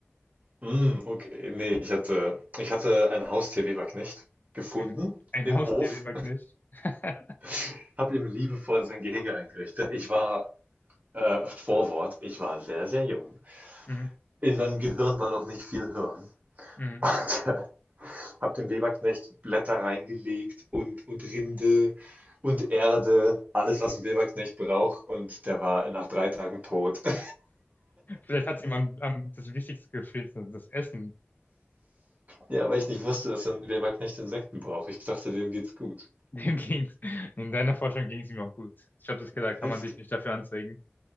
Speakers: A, on the right; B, on the left.
A: Hm, okay. nee, ich hatte ich hatte ein Haustier Weberknecht gefunden
B: Mhm. Ein
A: im
B: Haustier,
A: Hof,
B: Weberknecht. <laughs>
A: <laughs> habe ihm liebevoll sein Gehege eingerichtet. Ich war äh, Vorwort, ich war sehr, sehr jung.
B: Mhm.
A: In meinem Gehirn war noch nicht viel Hirn.
B: Mhm.
A: <laughs> Und, äh, habe dem Weberknecht Blätter reingelegt und und Rinde und Erde, alles, was ein Weberknecht braucht. Und der war nach 3 Tagen tot. <laughs>
B: Vielleicht hat jemand am, das Wichtigste gefehlt, das Essen.
A: Ja, weil ich nicht wusste, dass ein Weberknecht Insekten braucht. Ich dachte, dem geht's gut.
B: Dem ging's. In deiner Forschung ging es ihm auch gut. Ich habe das gedacht, kann
A: Es
B: man dich nicht dafür anzeigen.